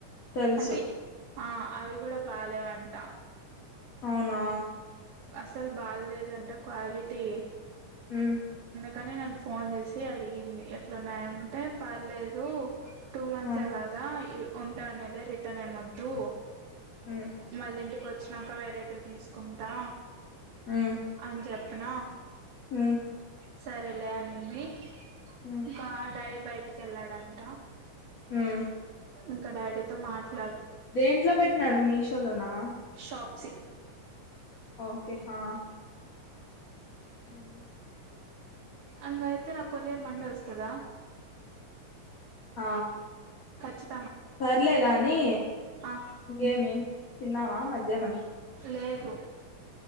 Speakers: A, on the left; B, on the right.
A: తెలుసు
B: అంటే ఆ అవి కూడా బాలేేవంట
A: అవునా
B: అసలు బల్లేదంటా క్వాలిటీ
A: ఉమ్
B: కానీ నన్ను ఫోన్ చేసి అడిగింది ఎట్లాన్నాదంటే పర్లేేదు టూ మంత్సే
A: ఆ
B: కదా ఉంటా అనేలే రిటర్న్ ఏ మొద్దు
A: ఉమ్
B: మళ్ళ ఇంటికి వచ్ వచ్చినాక వెరైటీవి తీసుకుంటా
A: ఉమ్
B: అన్జబ్ అన్నా
A: ఉమ్
B: సరేలే అనింది
A: ఉమ్
B: ఇంకా డైప్ బయటికి వెళ్ళాడంట
A: ఉమ్
B: ఇంకా డాడీతో మాట్
A: దేంట్లో పెట్నాడు మీషోలొనా
B: షాప్సి
A: ఓకే హా హ్మ్
B: అంధ అయితే నాకు కొరియర్ మండే వస్తాదా
A: ఆ
B: కచ్చి త్
A: సర్లేగాని
B: ఆ
A: ఇంకేమి తిన్నావా మధ్ ధ్యానం
B: లేదు